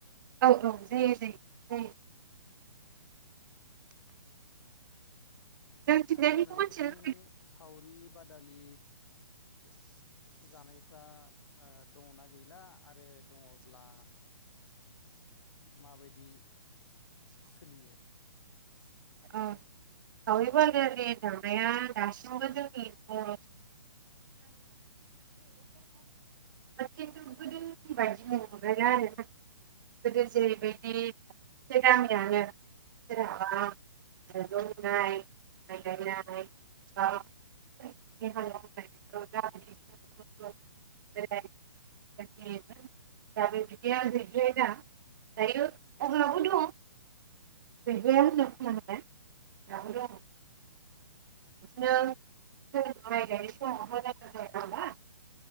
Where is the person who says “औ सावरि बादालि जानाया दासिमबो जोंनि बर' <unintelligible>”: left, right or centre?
Right